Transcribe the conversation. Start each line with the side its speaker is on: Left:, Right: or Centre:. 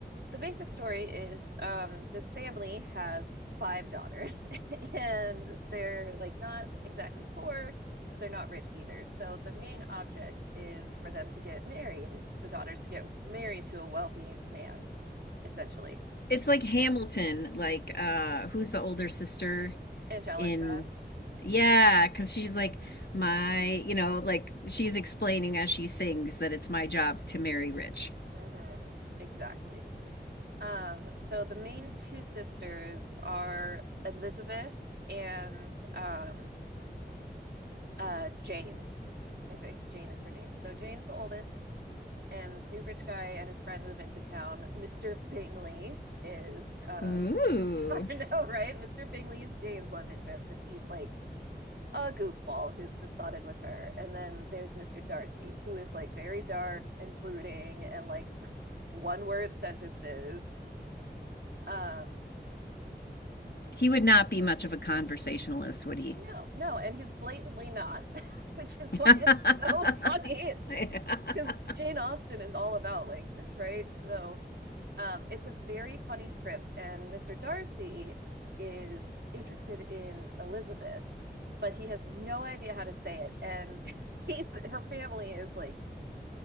Right: the basic story is um, this family has five daughters, <laughs> and they're like not exactly poor, but they're not rich either. So, the main object is for them to get married, is the daughters to get married to a wealthy man, essentially.
Left: It's like Hamilton, like, uh, who's the older sister
Right: Angelica.
Left: in Yeah, because she's like,
Right: Mhm.
Left: my, you know, like she's explaining as she sings that it's my job to marry rich.
Right: Mhm. Exactly. Um, so the main two sisters are Elizabeth and um uh Jane, I think. Jane is her name. So Jane's the oldest, and this new rich guy and his friend move into town. Mr. Bingley is um
Left: Ooh.
Right: <laughs> I know, right? Mr. Bingley is Jane's love interest, and he's like a goofball who's besotted with her. And then there's Mr. Darcy, who is like very dark and brooding and like <laughs> one word sentences. Um
Left: He would not be much of a conversationalist, would he?
Right: No, no, and he's blatantly not, <laughs> which is
Left: <laughs>
Right: why it's so funny because <laughs> Jane Austen is all about language, right? So um, it's a very funny script, and Mr. Darcy is interested in Elizabeth, but he has no idea how to say it, and <laughs> he, her family is like,